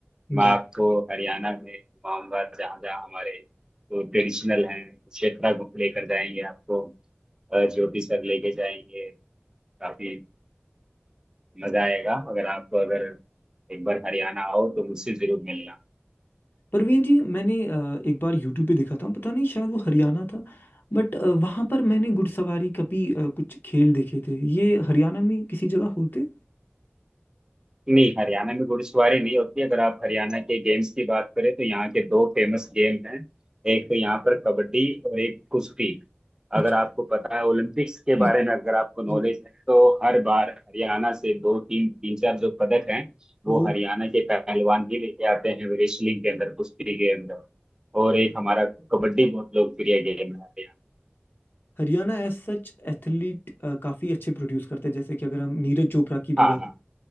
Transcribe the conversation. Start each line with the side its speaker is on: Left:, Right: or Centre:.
Left: जी
Right: मैं आपको हरियाणा में घुमाऊंगा जहाँ जहाँ हमारे जो ट्रेडिशनल हैं क्षेत्र लेकर जाएंगे आपको अ, ज्योति सर लेके जाएंगे काफी मजा आएगा अगर आप अगर एक बार हरियाणा आओ तो मुझसे जरूर मिलना
Left: परवीन जी मैंने अ, एक बार यूट्यूब पे देखा था पता नहीं शायद वो हरियाणा था बट वहाँ पर मैंने घुड़सवारी का भी अ, कुछ खेल देखे थे ये हरियाणा में किसी जगह होते
Right: नहीं हरियाणा में घुड़सवारी नहीं होती अगर आप हरियाणा के गेम्स की बात करें तो यहाँ के दो फेमस गेम हैं एक तो यहाँ पर कबड्डी और एक कुश्ती
Left: अच्छा
Right: अगर आपको पता है ओलंपिक्स के
Left: जी
Right: बारे में अगर आपको नॉलेज
Left: जी
Right: है तो हर बार हरियाणा से दो तीन तीन चार जो पदक हैं
Left: वो
Right: वो हरियाणा के पहलवान ही लेके आते हैं रेसलिंग के अंदर कुश्ती के अंदर और एक हमारा कबड्डी बहुत लोकप्रिय गेम है हरियाणा
Left: हरियाणा एज सच एथलीट काफी अच्छे प्रोड्यूस करते हैं जैसे कि अगर हम नीरज चोपड़ा की
Right: हाँ
Left: भी बात
Right: हाँ